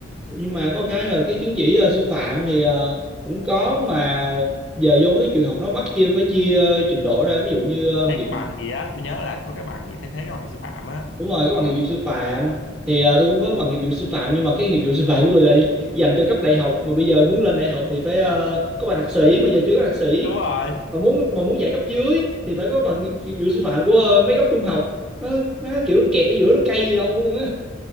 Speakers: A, in the centre; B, on the left.
A: nhưng mà có cái là cái chứng chỉ ờ, sư phạm thì ờ, cũng có mà giờ vô mấy cái trường học nó bắt chia phải chia ờ, trình độ ra ví dụ như ờ,
B: thấy
A: nghiệp
B: cái bằng gì á tôi nhớ là có cái bằng gì thay thế cái bằng sư phạm á
A: đúng rồi có bằng
B: bằng
A: nghiệp vụ sư
B: gì
A: phạm thì ờ, tôi cũng có bằng nghiệp vụ sư phạm nhưng mà cái nghiệp vụ sư phạm của tôi là dành cho cấp đại học mà bây giờ muốn lên đại học thì phải ờ, có bằng thạc sĩ mà giờ chưa có thạc sĩ
B: đúng rồi
A: mà muốn mà muốn dạy cấp dưới thì phải có bằng nghiệp vụ sư phạm của ờ, mấy cấp trung học nó, nó kiểu kẹt ở giữa nó cay gì đâu luôn á